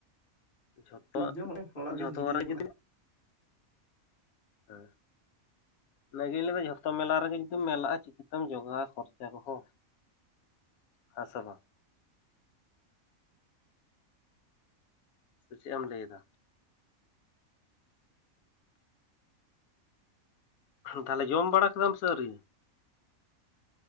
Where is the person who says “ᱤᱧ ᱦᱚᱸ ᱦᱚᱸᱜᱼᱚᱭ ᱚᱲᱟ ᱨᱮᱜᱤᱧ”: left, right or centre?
Left